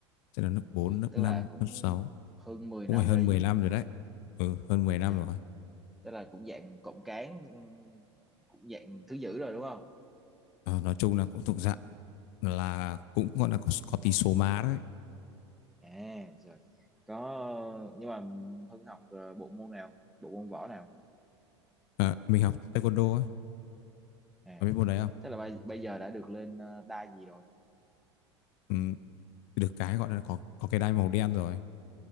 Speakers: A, on the left; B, in the centre.
A: sẽ là lớp 4
B: Ui,
A: lớp
B: tức
A: 5
B: là cũng
A: lớp sáu
B: hơn 10
A: cũng
B: năm
A: phải hơn
B: rồi đấy
A: 10
B: chứ.
A: năm rồi đấy. Ừ, hơn 10 năm
B: Chà,
A: rồi.
B: tức là cũng dạng cộng cán ừm, cũng dạng thứ dữ rồi đúng không?
A: Ờ, nói chung là cũng thuộc dạng là cũng gọi là có, có tí số má đấy.
B: À, rồi. Có nhưng mà Hưng học ờ, bộ môn nào? Bộ môn võ nào?
A: Ờ, mình học taekwondo ấy,
B: À.
A: có biết môn đấy không?
B: Thế là bây, bây giờ đã được lên ờ, đai gì rồi?
A: Ừ, được cái gọi là có có cái đai màu đen rồi